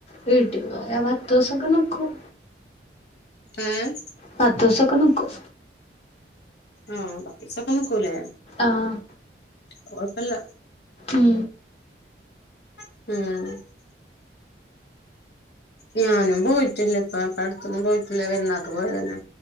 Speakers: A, on the left (about 35°); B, on the left (about 65°).
A: വീട്ടിൽ പോയാ പത്ത ദിവസൊക്കെ നിക്കും
B: ഏഹ്
A: പത്തുസം ഒക്കെ നിക്കും
B: ആഹ് പത്തുസം ഒക്കെ നിക്കൂ ലെ
A: ആഹ്
B: കുഴപ്പം ഇല്ല
A: ഉം
B: ഉം ഞാനും പോയിട്ടില്ല ഇപ്പ ഇപ്പോ അടുത്തൊന്നും പോയിട്ടില്ല പെരുന്നാൾക്ക് പോയതന്നെ